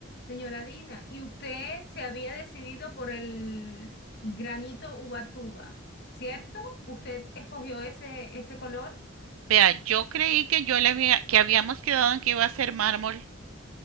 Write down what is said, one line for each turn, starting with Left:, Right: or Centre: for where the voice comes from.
Left: señora Dina. ¿Y usted se había decidido por el granito Ubatuba, cierto? ¿Usted escogió ese, ese color?
Right: Vea, yo creí que yo le había, que habíamos quedado en que iba a ser mármol.